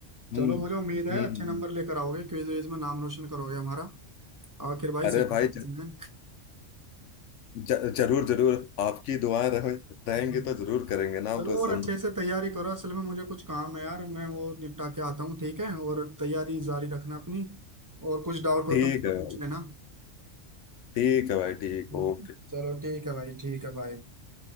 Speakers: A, on the left; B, on the right.
A: हम्म
B: चलो मुझे उम्मीद है
A: हम्म
B: अच्छे
A: हम्म।
B: नंबर लेकर आओगे क्विज विज में नाम रोशन करोगे हमारा आखिर भाई
A: अरे
B: सिखाया
A: भाई
B: किसने
A: ज, ज, जरूर जरूर आपकी दुआएं रहे, रहेंगी
B: <laughs>
A: तो जरूर करेंगे नाम
B: चलो
A: रोशन
B: और अच्छे से तैयारी करो असल में मुझे कुछ काम है यार मैं वो निपटा के आता हूँ ठीक है और तैयारी जारी रखना अपनी और कुछ डाउट हो
A: ठीक
B: तो मुझसे
A: है भाई
B: पूछ लेना
A: ठीक है भाई ठीक
B: ठीक
A: ओके
B: है चलो ठीक है भाई ठीक है भाई